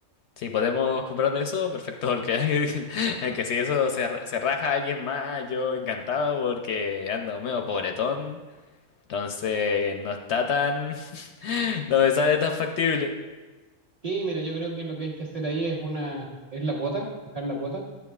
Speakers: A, on the left; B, on the right.
A: si podemos comprar de eso, perfecto, porque, <laughs> aunque si eso se, ra- se raja a alguien más, yo encantado porque ando medio pobretón, entonces no está tan, <laughs> no me sale tan factible,
B: Sí, mira, yo creo que lo que hay que hacer ahí es una, es la cuota, fijar la cuota